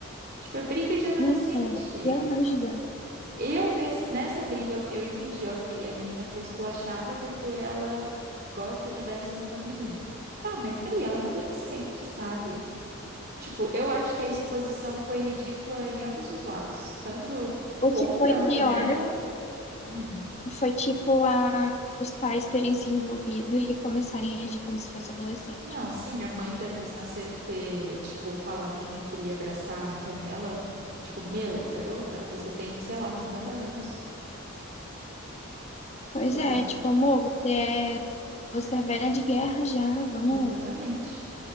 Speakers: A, on the right (about 45°); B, on the left (about 30°).
A: Tipo, é briga de adolescente.
B: Nossa, pelo amor de Deus.
A: Eu, nesse, nessa briga, eu, eu entendi, ok, a menina foi esculachada porque ela gosta de dar em cima dos meninos. Tá, mas daí ela é uma adolescente, sabe? Tipo, eu acho que a exposição foi ridícula em ambos os lados. Tanto
B: O
A: contra
B: que foi
A: a Antonella.
B: pior
A: hum,
B: foi, tipo, a... os pais terem se envolvido e começarem a agir como se fosse adolescente.
A: Não, sim, a mãe da Liz Macedo ter, tipo, falado que não queria abraçar a Antonella. Tipo, meu, garota, você tem, sei lá, 50 anos.
B: Pois
A: Bizarro.
B: é, tipo, amor, você é, você é velha de guerra já, vamos
A: Exatamente.